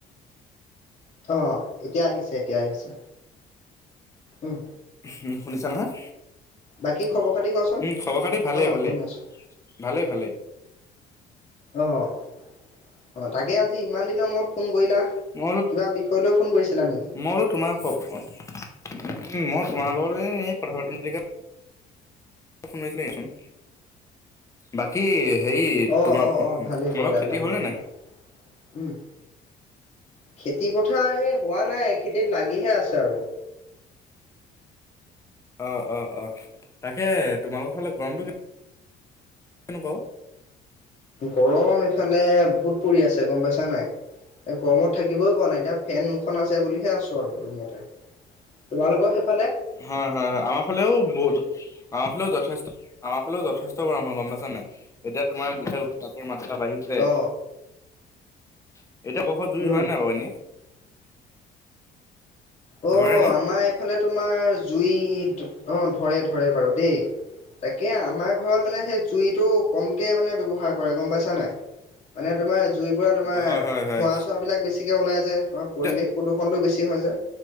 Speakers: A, on the left; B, on the left.
A: অ', এতিয়া আহিছে, এতিয়া আহিছে, উম।
B: হুহ, শুনিছা নহয়?
A: বাকী খবৰ
B: উম,
A: খাতি কোৱাচোন
B: খবৰ খাতি ভালেই-ভালে,
A: অ', শুনি আছো
B: ভালে-ভালে।
A: অ'। অ তাকে আজি ইমান দিনৰ মূৰত ফোন
B: মই
A: কৰিলা।
B: বোলো
A: কিবা বিষয় লৈ ফোন কৰিছিলা নেকি?
B: মই বোলো তোমাৰ ক অ উম মই তোমাৰ লগত এই-এই কথা পাতিম বুলিকে ফোন মাৰিছিলেচোন? বাকী হেৰি
A: অ
B: তোমাৰ-তোমালোকৰ
A: অ অ ভালেই কৰিলা
B: খেতি
A: ভালে
B: হ'ল
A: কৰিলা।
B: নে নাই?
A: উম, খেতি পথাৰ এ হোৱা নাই খেতিত লাগিহে আছে আৰু।
B: অ', অ', অ', তাকে তোমালোকৰ ফালে গৰমটো কে - কেনেকুৱা অ?
A: গৰম এইফালে বহুত পৰি আছে, গম পাইছা নাই? এ গৰমত থাকিবই পৰা নাই এতিয়া ফেনখন আছে বুলিহে আছো আৰু ৰুমতে। তোমালোকৰ সেইফ
B: হয়-হয়-হয়, আমাৰ ফালেও বহুত আমাৰ ফালেও যথেষ্ট, আমাৰ ফালেও যথেষ্ট গৰম হয় গম পাইছা নাই? এতিয়া তোমাৰ যিহে উত্তাপৰ মাত্ৰা বাঢ়ি চে,
A: অ
B: এতিয়া কৰবাত জুই
A: উম।
B: ধৰে নাই বাৰু ইনে?
A: অ',
B: ধৰে ন
A: আমাৰ এইফালে তোমাৰ জুই ধ অ' ধৰে-ধৰে বাৰু দেই। তাকে আমাৰ ঘৰত মানে সেই জুইটো কমকে মানে ব্যৱহাৰ কৰে গম পাইছা নাই? মানে তোমাৰ জুইৰ পৰা তোমাৰ
B: হয় হয় হয়
A: ধোঁৱা-চোৱাবিলাক বেছিকৈ ওলাই যে তোমাৰ
B: এতিয়া
A: পৰিৱেশ প্ৰদূষণটো বেছি হৈ যায়।